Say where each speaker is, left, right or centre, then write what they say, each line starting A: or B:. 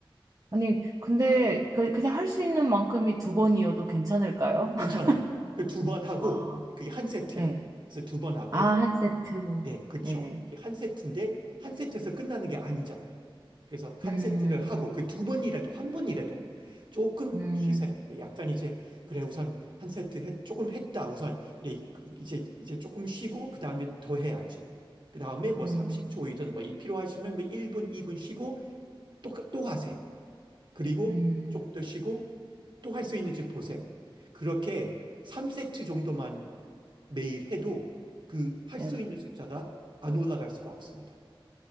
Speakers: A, on the right; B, on the right.
A: 아니, 근데 그, 그냥 할 수 있는 만큼이 두 번이어도 괜찮을까요?
B: 괜찮아요.
A: <laughs>
B: 그 두 번 하고
A: 아,
B: 그게 한 세트예요.
A: 네
B: 그래서 두 번 하고
A: 아, 한 세트.
B: 네, 그쵸.
A: 네
B: 이게 한 세트인데 한 세트에서 끝나는 게 아니잖아요. 그래서 한
A: 음,
B: 세트를 하고 그 두 번이라도 한 번이라도 조금
A: 음,
B: 쉬세요. 그 약간 이제 그래 우선 한 세트 했- 조금 했다 우선 그래 이제 이제 조금 쉬고 그 다음에 더 해야지. 그 다음에 뭐
A: 음,
B: 30초이든
A: 음,
B: 뭐 이- 필요하시면 뭐 1분, 2분 쉬고 또, 또 하세요. 그리고
A: 음.
B: 조금 더 쉬고 또 할 수 있는지 보세요. 그렇게 3세트 정도만 매일 해도 그 할
A: 네.
B: 수 있는 숫자가 안 올라갈 수가 없습니다.